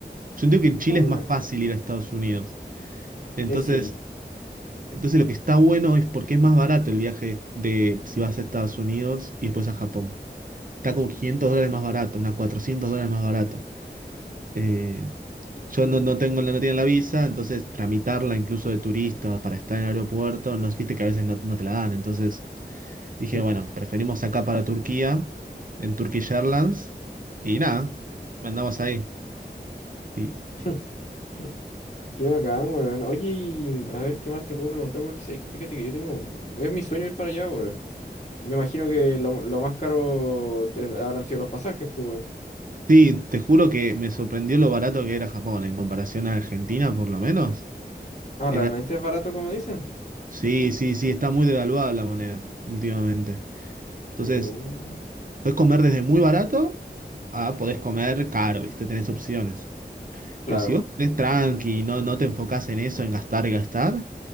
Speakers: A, on the right; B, on the left.
A: Yo entiendo que en Chile
B: Ah, bueno.
A: es más fácil ir a Estados Unidos. Entonces,
B: Eh, sí.
A: entonces lo que está bueno es porque es más barato el viaje de si vas a Estados Unidos y después a Japón. Está como 500 dólares más barato, unas 400 dólares más barato. Eh, yo no, no tengo la no tenía la visa, entonces tramitarla incluso de turista o para estar en el aeropuerto, no, viste que a veces no, no te la dan. Entonces... Dije,
B: sí.
A: bueno, preferimos acá para Turquía, en Turkish Airlines, y nada, mandamos ahí. Y,
B: <laughs> Qué bacán, weón. Oye, y a ver, ¿qué más te puedo preguntar? Porque sabes que fíjate que yo tengo... Es mi sueño ir para allá, weón. Me imagino que lo, lo más caro te habrán sido los pasajes, pues, weón.
A: sí, te juro que me sorprendió lo barato que era Japón, en comparación a Argentina, por lo menos.
B: Ah,
A: Era-
B: ¿realmente es barato como dicen?
A: sí, sí, sí, está muy devaluada la moneda últimamente. Entonces,
B: Lo-
A: puedes comer desde muy barato a podés comer caro, ¿viste? Tenés opciones.
B: Claro.
A: Pero si vos ponés tranqui y no, no te enfocás en eso, en gastar y gastar,